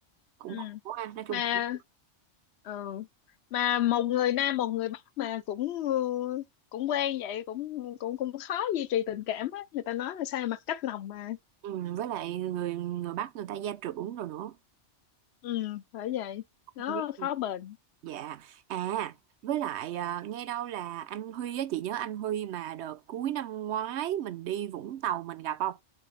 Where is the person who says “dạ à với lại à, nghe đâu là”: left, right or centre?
Right